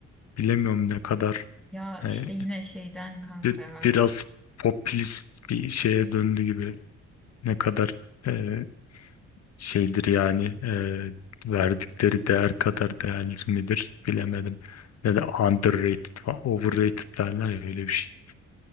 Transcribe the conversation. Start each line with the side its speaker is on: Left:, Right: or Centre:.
Left: bilemiyorum ne kadar
Centre: Ya
Left: e,
Centre: işte yine şeyden kanka
Left: bir-
Centre: ya.
Left: biraz popülist bir şeye döndü gibi. Ne kadar e, şeydir yani e, verdikleri değer kadar değerli midir bilemedim. Ne de underrated falan, overrated derler ya öyle bir şey.